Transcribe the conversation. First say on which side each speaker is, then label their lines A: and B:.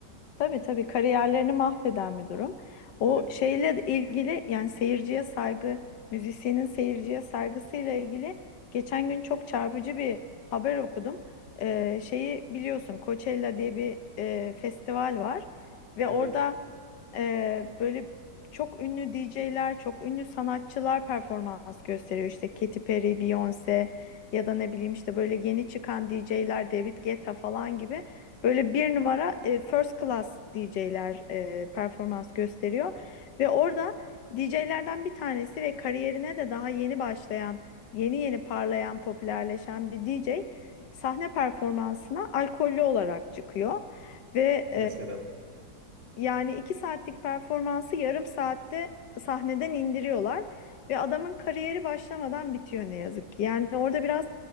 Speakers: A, on the left (about 75°); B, on the right (about 80°).
A: Tabii tabii kariyerlerini mahveden bir durum. O
B: Evet.
A: şeyle de ilgili yani seyirciye saygı, müzisyenin seyirciye saygısıyla ilgili geçen gün çok çarpıcı bir haber okudum. Ee, şeyi biliyorsun Coachella diye bir e, festival var ve
B: Evet.
A: orada e, böyle çok ünlü DJ'ler, çok ünlü sanatçılar performans gösteriyor. İşte Katy Perry, Beyoncé ya da ne bileyim işte böyle yeni çıkan DJ'ler David Guetta falan gibi böyle bir numara e, first class DJ'ler e, performans gösteriyor. Ve orada DJ'lerden bir tanesi ve kariyerine de daha yeni başlayan, yeni yeni parlayan, popülerleşen bir DJ sahne performansına alkollü olarak çıkıyor. Ve
B: Mesela
A: yani iki saatlik performansı yarım saatte sahneden indiriyorlar ve adamın kariyeri başlamadan bitiyor ne yazık ki. Yani orada biraz